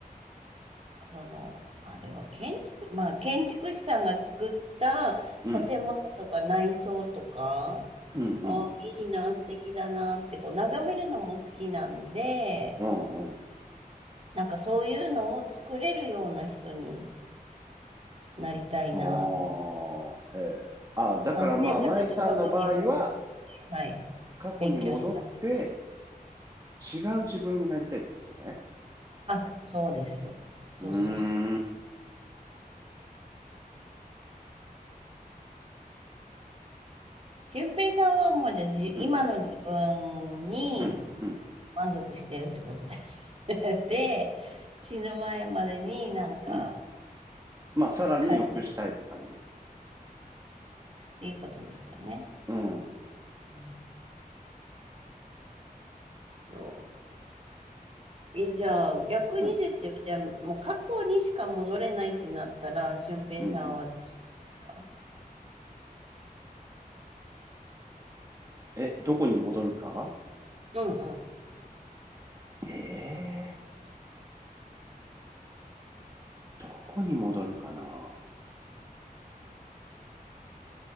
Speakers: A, on the right; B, on the right.
A: その、あれは建築、まあ、建築士さんが作った
B: うん、
A: 建物とか内装とか、
B: うんうん、
A: あ、いいな、素敵だなって、こう、眺めるのも好きなんで、
B: うんうん。
A: なんかそういうのを作れるような人になりたいな。
B: ああ、へえ。あ、だからまあ、
A: なんで、まあちょっと過去に戻って、
B: 舞さんの場合は、
A: はい、
B: 過去に戻って、
A: 勉強したりしたい。
B: 違う自分になりたいってことね。
A: あ、そうです。そうそうそう。
B: うーん、う
A: 俊平さんはもうじゃあじ、
B: ん、
A: 今の自分に
B: うん、うん、
A: 満足してるってことですよね。<laughs> で、死ぬ前までになんか、
B: うん。まあ、さらに良くしたいって感じ。
A: か <laughs> っていうことですよね。
B: うん、うん、
A: うんそう。え、じゃあ、逆にですよ。
B: うん、
A: じゃあ、もう過去にしか戻れないってなったら、俊平さんはどうするんですか
B: うん。え、どこに戻るか
A: <laughs> うんうん。
B: ええー、どこに戻るかな